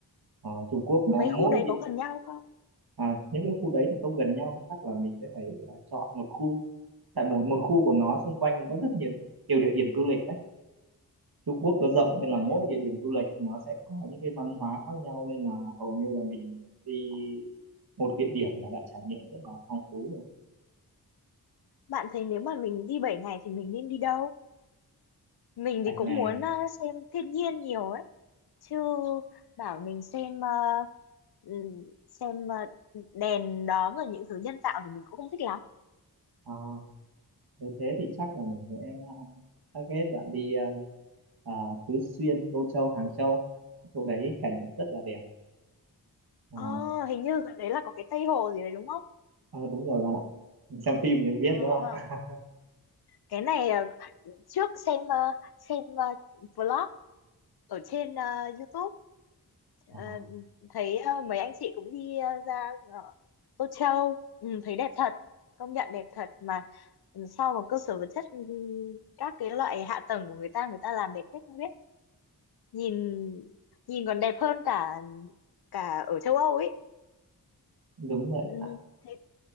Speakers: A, on the right (about 70°); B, on the left (about 70°).
A: Ờ, Trung Quốc
B: mấy
A: nó mỗi
B: khu đấy
A: địa
B: có gần nhau không
A: à, những cái khu đấy thì không gần nhau chắc là mình sẽ phải à, chọn một khu tại một một khu của nó xung quanh cũng có rất nhiều nhiều địa điểm du lịch đấy Trung Quốc nó rộng nên là
B: ừ.
A: mỗi địa điểm du lịch nó sẽ có những cái văn hóa khác nhau nên là hầu như là mình đi một địa điểm là đã trải nghiệm rất là phong phú rồi
B: bạn thấy nếu mà mình đi 7 ngày thì mình nên đi đâu mình
A: vài
B: thì cũng
A: ngày
B: muốn ờ, xem thiên nhiên nhiều ấy chứ bảo mình xem ờ, ừ, xem ờ, đèn đóm rồi những thứ nhân tạo thì mình cũng không thích lắm
A: à, nếu thế thì chắc là mình sẽ à, target bạn đi à, à, Tứ Xuyên Tô Châu Hàng Châu chỗ đấy cảnh rất là đẹp Ờ,
B: ờ hình như gần đấy là có cái Tây Hồ gì đấy đúng không
A: Ờ, đúng rồi bạn ạ. Xem phim thì biết
B: ờ
A: đúng không?
B: cái này ờ, trước xem ờ, xem ờ, vlog ở trên ờ, YouTube
A: Ờ,
B: ờ, thấy ờ, mấy anh chị cũng đi ờ, ra ờ, Tô Châu ừ, thấy đẹp thật công nhận đẹp thật mà Ừ, sau một cơ sở vật chất ừ, các cái loại hạ tầng của người ta người ta làm đẹp hết không biết nhìn nhìn còn đẹp hơn cả cả ở châu Âu ấy
A: Đúng vậy
B: ừ,
A: bạn.
B: thế